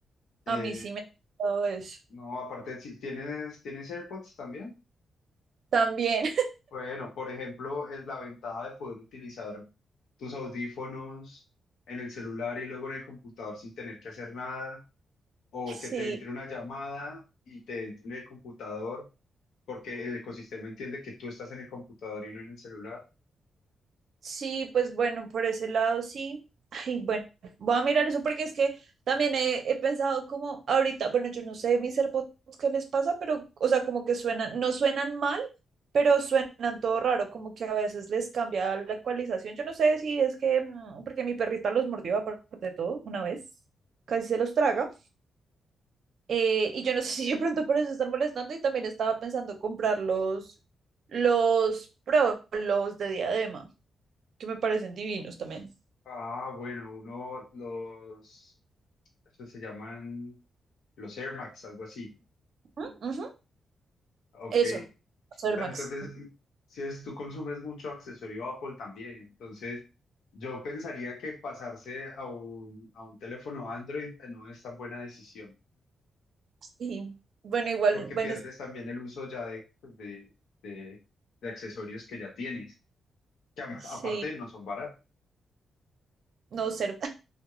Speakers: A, on the left; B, on the right.
A: Eh,
B: A mí sí me ha pasado eso.
A: no, aparte, si tienes, ¿tienes AirPods también?
B: También,
A: Bueno, por ejemplo, es la ventaja de poder utilizar tus audífonos en el celular y luego en el computador sin tener que hacer nada, o
B: <laughs> sí,
A: que te entre una llamada y te entre en el computador, porque el ecosistema entiende que tú estás en el computador y no en el celular.
B: Sí, pues bueno, por ese lado sí. <laughs> Ay, bueno, voy a mirar eso porque es que también he, he pensado como ahorita, bueno, yo no sé mis AirPods qué les pasa, pero, o sea, como que suenan, no suenan mal, pero suenan todo raro, como que a veces les cambia la ecualización. Yo no sé si es que, mm, porque mi perrita los mordió aparte de todo una vez, casi se los traga, eh, y yo no sé <laughs> si de pronto por eso están molestando y también estaba pensando comprar los, los Pro, los de diadema que me parecen divinos también.
A: Ah, bueno, uno, los Estos se llaman los Air Max, algo así.
B: Ujú, ujú,
A: Ok.
B: Eso, ser
A: Pero
B: Max.
A: entonces, si es, tú consumes mucho accesorio Apple también, entonces yo pensaría que pasarse a un, a un teléfono Android eh, no es tan buena decisión,
B: Sí. Bueno, igual,
A: porque
B: bueno,
A: pierdes
B: es-
A: también el uso ya de, pues, de, de, de accesorios que ya tienes, que a-
B: sí,
A: aparte no son baratos.
B: no, cero.